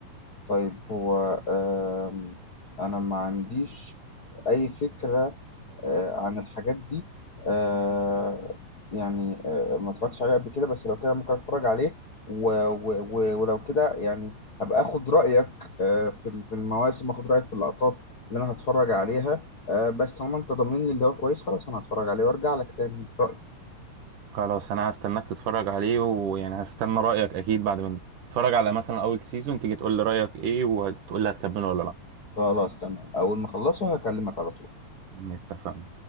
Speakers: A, on the left; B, on the right.
A: طيب هو آم... انا ما عنديش اي فكرة آه، عن الحاجات دي آه، يعني آه، ما اتفرجتش عليه قبل كده بس لو كده ممكن اتفرج عليه و... و... و... ولو كده يعني هبقى اخد رايك آه، في ال- في المواسم اخد رايك في اللقطات اللي انا هتفرج عليها آه، بس طالما انت ضامن لي اللي هو كويس خلاص انا هتفرج عليه وارجع لك تاني برأيي
B: خلاص انا هستناك تتفرج عليه ويعني هستنى رأيك اكيد بعد ما تتفرج على مثلا اول سيزون تيجي تقول لي رأيك ايه وتقول لي هتكمله ولا لا
A: خلاص تمام أول ما أخلصه هكلمك على طول
B: اتفقنا